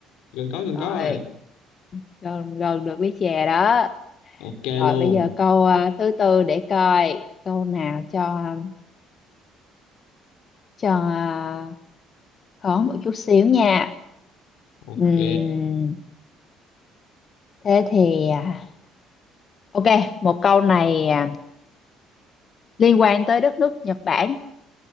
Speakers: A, on the left; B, on the left.
A: gần có gần
B: rồi
A: có rồi.
B: gần gần được với chè đó
A: Ok
B: rồi
A: luôn.
B: bây giờ câu à, thứ tư để coi câu nào cho cho à, khó một chút xíu nha
A: Ok.
B: Ừm, thế thì à, ok một câu này à, liên quan tới đất nước Nhật Bản